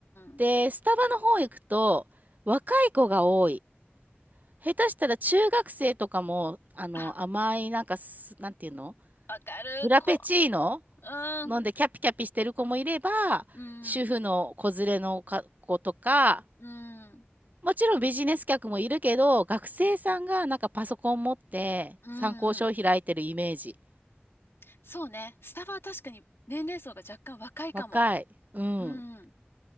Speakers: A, on the left; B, on the right.
A: ん。
B: で、スタバの方行くと若い子が多い。下手したら中学生とかも、あの、
A: あ、
B: 甘い、なんかす、なんていうの
A: わかる。
B: フラペチーノ
A: こ、うーん、
B: 飲んでキャピキャピしてる子もいれば、
A: うーん。
B: 主婦の子連れのか子とか、
A: うん、
B: もちろんビジネス客もいるけど、学生さんがなんかパソコン持って参考書を開いてるイメージ。
A: うん、うん。そうね。スタバは確かに年齢層が若干若いかも。
B: 若い。うん。
A: うん。